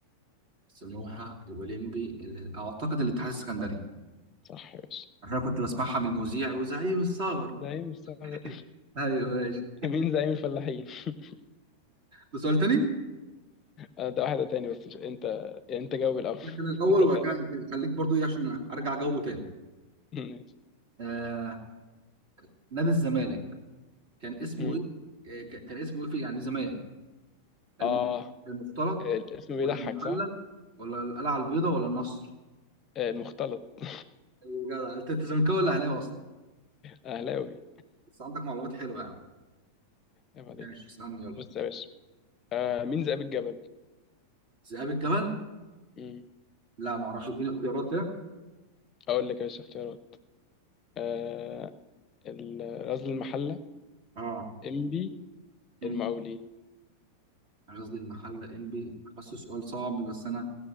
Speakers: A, on the right; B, on the left.
A: سموحة الأولمبي ال- أعتقد الاتحاد السكندري
B: صح يا باشا
A: عشان كنت بسمعها من المذيع وزعيم الثغر
B: زعيم الثغر
A: <laughs>
B: <laughs>
A: ايوه ماشي
B: مين زعيم الفلاحين <laughs>
A: ده سؤال تاني؟
B: آه، ده واحدة تاني بس مش انت انت جاوب الأول <laughs>
A: ده كان الأول
B: انت
A: وبعد
B: سأل
A: كده
B: الأول
A: الاثنين. خليك برضو إيه عشان أرجع جو تاني
B: <laughs> ماشي.
A: آه نادي الزمالك كان اسمه
B: مم.
A: إيه؟ آه، ك- كان اسمه إيه في يعني زمان الم-
B: اه
A: المختلط
B: الاسم بيضحك
A: ولا المحلة
B: صح؟
A: ولا القلعة البيضاء ولا النصر
B: آه، المختلط <laughs>
A: أيوة جدع انت أنت زملكاوي ولا اهلاوي اصلا
B: أهلاوي
A: بس عندك معلومات حلوة يعني
B: عيب عليك
A: ماشي اسألني يلا
B: بص يا باشا آه، مين ذئاب الجبل؟
A: ذئاب الجبل
B: مم.
A: لا ما اعرفش اديني اختيارات كده
B: أقول لك يا باشا اختيارات آه ال- غزل المحلة
A: اه
B: إنبي
A: امم
B: المقاولين
A: أنا قصدي المحلة انبي حاسه سؤال صعب بس انا